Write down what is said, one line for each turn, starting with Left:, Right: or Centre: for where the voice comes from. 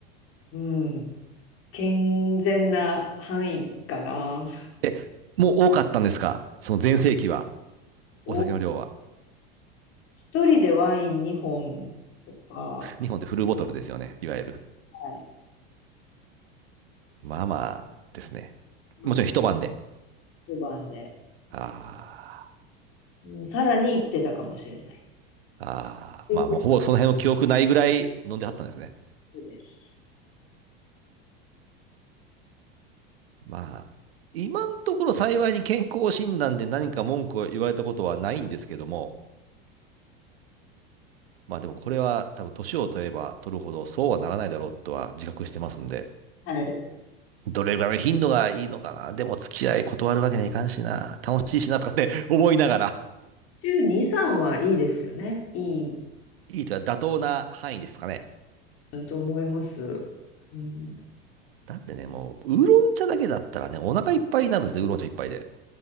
Left: うん、健全な範囲かな。
Right: え、もう多かったんですかその全盛期は、
Left: お、
Right: お酒の量は。
Left: 一人でワイン2本とか、
Right: 日本でフルボトルですよね。いわゆる。
Left: はい。
Right: まあまあですね。
Left: まあ、
Right: もちろん一晩で。
Left: 一晩で、
Right: あー
Left: うんさらに行ってたかもしれない。
Right: あー、
Left: というこ
Right: まあもうほぼその辺の記憶ないぐらい飲んではったんですね。
Left: とです。
Right: まあ、今のところ幸いに健康診断で何か文句を言われたことはないんですけども、まあでもこれは多分年を取れば取るほどそうはならないだろうとは自覚してますんで、
Left: はい。
Right: どれぐらいの頻度がいいのかな。でも付き合い断るわけにはいかんしな。楽しいしなとかって <laughs> 思いながら、
Left: 週2、3はいいですよね。いい
Right: いいとは妥当な範囲ですかね。
Left: うんと思います。うん、
Right: だってね、もう、ウーロン茶だけだったらね、お腹いっぱいになるんですね、ウーロン茶一杯で。